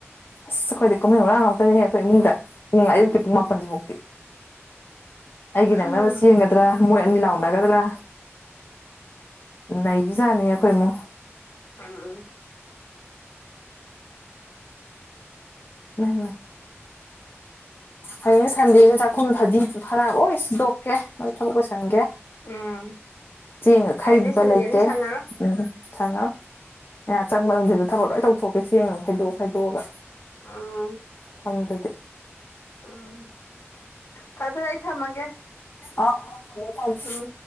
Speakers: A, on the left (about 50°); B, on the left (about 75°).
A: ꯑꯁ ꯑꯩꯈꯣꯏꯗꯤ ꯀꯨꯝꯍꯩ ꯍꯔꯥꯡ ꯉꯥꯛꯇꯅꯤꯍꯦ ꯑꯩꯈꯣꯏ ꯏꯃꯨꯡꯗ ꯄꯨꯡ ꯑꯌꯨꯛꯀꯤ ꯄꯨꯡ ꯃꯥꯄꯟꯁꯤꯐꯧ ꯑꯩꯒꯤ ꯅꯪꯅꯕ
B: ꯎꯝ
A: ꯆꯦꯒꯗ꯭ꯔꯥ ꯃꯣꯏ ꯑꯅꯤ ꯂꯥꯎꯅꯒꯗ꯭ꯔꯥ ꯅꯩꯕꯤꯖꯥꯠꯅꯤ ꯑꯩꯈꯣꯏ ꯏꯃꯨꯡ
B: <unintelligible>
A: ꯏꯃꯥꯏ ꯃꯥꯏ ꯍꯌꯦꯡꯗꯤ ꯁꯟꯗꯦꯅꯤ ꯆꯥꯛꯈꯨꯝ ꯐꯗꯤ ꯐꯔꯛꯑꯣ ꯑꯣꯗꯣꯛꯀꯦ ꯅꯣꯏ ꯊꯕꯛ ꯂꯣꯏꯁꯤꯟꯒꯦ
B: ꯎꯝ
A: ꯆꯦꯡꯒ ꯈꯩꯕ
B: ꯍꯌꯦꯡꯗꯤ ꯁꯟꯗꯦꯅꯤ
A: ꯂꯩꯇꯦ
B: ꯁꯪꯉꯔꯣꯏ
A: ꯎꯝ ꯆꯪꯉ ꯉ ꯆꯪꯕ ꯅꯨꯡꯁꯤꯗ ꯊꯕꯛ ꯂꯣꯏ ꯇꯧꯊꯣꯛꯀꯦ ꯆꯦꯡꯉꯣ ꯈꯥꯏꯗꯣꯛꯑ ꯈꯥꯏꯗꯣꯛꯑꯒ
B: ꯑꯥ
A: ꯁꯝꯗꯨꯗꯤ
B: ꯎꯝ ꯐꯔꯦ ꯐꯔꯦ ꯑꯩ ꯊꯝꯃꯒꯦ
A: ꯑ ꯊꯝꯃꯨ ꯊꯥꯝꯃꯨ
B: ꯎꯝ